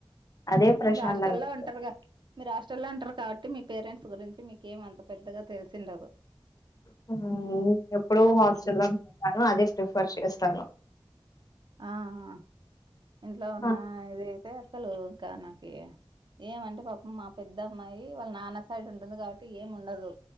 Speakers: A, on the left; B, on the right.
A: అదే ప్రశాంతంగా
B: మీరు హాస్టల్ల్లో
A: ఉంటది.
B: ఉంటారుగా మీరు ఆస్ట్రల్లో అంటారు కాబట్టి మీ పేరెంట్స్ గురించి మీకేం అంత పెద్దగా తెలిసిండదు
A: నేను ఎప్పుడ హాస్టల్
B: ఉమ్.
A: లో వెతాను అదే ప్రిఫర్ చేస్తాను
B: ఆ ఆ ఆ ఇంట్లో ఉన్న
A: ఆ
B: ఇఅధ్యాయితే అసలు ఇంకా నాకి ఏమంటే పాపం మా పెద్ద అమ్మాయి వాళ్ళ నాన్న సైడ్ ఉంటుంది కాబట్టి ఏం ఉండదు